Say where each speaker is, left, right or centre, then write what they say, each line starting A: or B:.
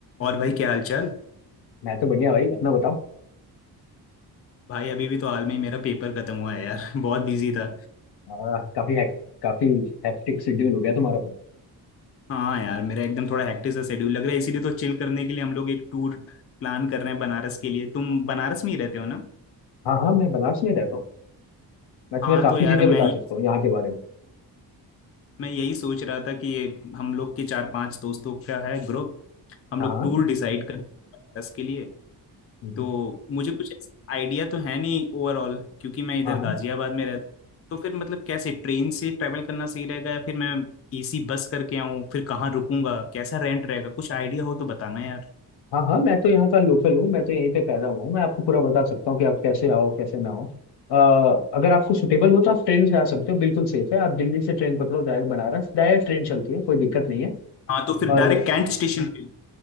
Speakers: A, on the left (about 35°); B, on the left (about 85°).
A: और भाई क्या हाल चाल
B: मैं तो बढ़िया भाई अपना बताओ
A: भाई अभी भी तो हाल में ही मेरा पेपर खत्म हुआ है यार <laughs> बहुत बिजी था
B: आ, काफी हैक, काफी हेक्टिक शेड्यूल हो गया तुम्हारा तो
A: हाँ यार मेरा एकदम थोड़ा हेक्टिक सा शेड्यूल लग रहा है इसीलिए तो चिल करने के लिए हम लोग एक टूर प्लान कर रहे हैं बनारस के लिए तुम बनारस में ही रहते हो ना
B: हाँ हाँ मैं बनारस में रहता हूँ मैं तुम्हें
A: हाँ
B: काफी
A: तो यार
B: चीजें
A: मैं
B: बता
A: ये
B: सकता हूँ यहाँ के बारे में
A: मैं यही सोच रहा था कि ये हम लोग के चार पांच दोस्तों का है ग्रुप हम
B: हाँ
A: लोग
B: हाँ
A: टूर डिसाइड कर बनारस के लिए
B: हम्म,
A: तो मुझे कुछ आइडिया तो है नहीं ओवरऑल क्योंकि मैं इधर
B: हाँ हाँ
A: गाजियाबाद में रहता हूँ तो फिर मतलब कैसे ट्रेन से ट्रैवल करना सही रहेगा या फिर मैं एसी बस करके आऊँ फिर कहाँ रुकूंगा कैसा रेंट रहेगा कुछ आइडिया हो तो बताना यार
B: हाँ हाँ मैं तो यहाँ का लोकल हूँ मैं तो यहीं पे पैदा हुआ हूँ मैं आपको पूरा बता सकता हूँ कि आप कैसे आओ कैसे ना आओ अ, अगर आपको सुटेबल हो तो आप ट्रेन से आ सकते हो बिल्कुल सेफ है आप दिल्ली से ट्रेन पकड़ो डायरेक्ट बनारस डायरेक्ट ट्रेन चलती है कोई दिक्कत नहीं है
A: हाँ तो फिर
B: और
A: डायरेक्ट कैंट स्टेशन पे